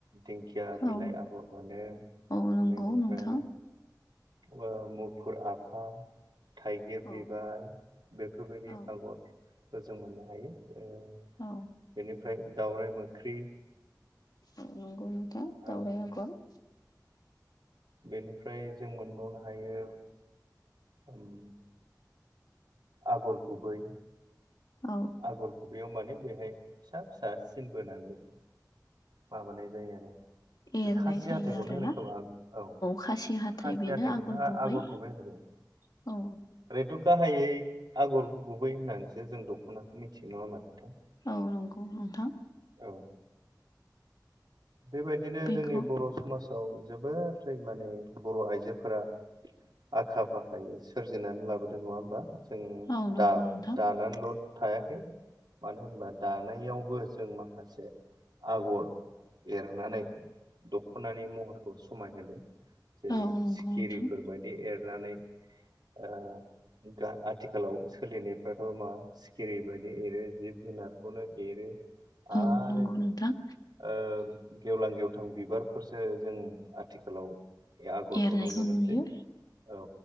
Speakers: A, on the right; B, on the left.
A: दिंखिया बिलाइ
B: औ
A: आगर मोनो,
B: औ नंगौ
A: बेनिफ्राय
B: नोंथां
A: ओ मुफुर आफा थाइगिर
B: औ
A: बिबार बेफोरबायदि
B: औ
A: आगरखौ जों मोननो हायो। ओ
B: औ।
A: बेनिफ्राय दाउराय मोख्रि
B: औ नंगौ नोंथां
A: औ
B: दावराय आगर।
A: बेनिफ्राय जों मोनबावनो हायो ओम आगर गुबै
B: औ।
A: आगर गुबैयाव माने बेहाय फिसा फिसा सिन बोनानै माबानाय जायो आरो
B: एरनाय
A: बे खासि
B: जायो
A: हाथाइखौनो
B: आरोना
A: होनो खोमा आ औ
B: खासि हाथाय
A: खासि
B: बेनो
A: हाथाइखौनो
B: आगर गुबै
A: आगरखौबो होनो खोमा।
B: औ।
A: ओरैथ' गाहाइयै आगर गुबै होननानैसो जों दख'नाखौ मिथियो नङा होनबा नोंथां?
B: औ नंगौ नोंथां।
A: औ। बेबायदिनो
B: बेखौ
A: जोंनि बर' समाजाव जोबोोरै माने बर' आइजोफोरा आखा फाखायै सोरजिनानै लाबोदों नङा होमबा, जों
B: औ नंगौ
A: दाबो
B: नोंथां
A: दानानैल' थायाखै मानो होनबा दानायावबो जों माखासे आगर एरनानै दख'नानि महरखौ समायहोदों जेरै
B: औ नंगौ
A: सिखिरिफोरबायायदि
B: नोंथां
A: एरनानै ओ गा आं आथिखालाव सोलिनायफ्राथ' मा सिखिरि बायदि एरो जिब जुनारखौनो एरो। आरो
B: औ नंगौ नोंथां।
A: ओ गेवलां गेवथां बिबारफोरसो जों आथिखालाव आगरखौ
B: एरनायखौ
A: नुनो
B: नुयो
A: मोनसै औ।